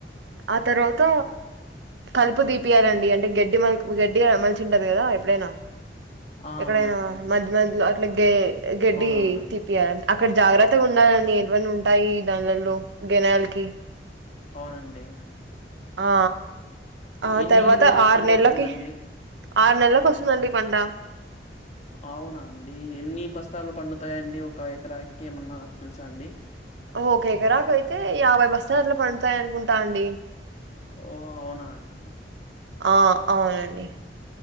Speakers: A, on the right; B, on the left.
A: ఆ తర్వాత కలుపు తీపియాలండి అంటే గడ్డి మ గడ్డి మలిచి ఉంటది కదా ఎప్పుడైనా
B: ఆ
A: ఎక్కడైనా
B: అవునండి
A: మధ్య మధ్యలో అట్లా గ గడ్డి
B: అవునవునండి
A: తీపియాలండి అక్కడ జాగ్రత్తగా ఉండాలండి ఎట్వీ ఉంటాయి దానిలలో గెనాలకి
B: అవునండి
A: ఆ ఆతర్వాత
B: ఎన్ని రోజులకి
A: ఆరు
B: పంట
A: నెలకి
B: వస్తుందండి
A: ఆరు నెలలకు వస్తుందండి పంట
B: అవునండి ఎన్ని బస్తాలు పండుతాయండి ఒక ఎకరాకి ఏమన్నా తెలుసా అండి
A: ఓ ఒక ఎకరాకి రాకైతే యాభై బస్తాలు పడుతాయి అనుకుంటా అండి
B: ఓ అవునా అండి
A: ఆ అవునండి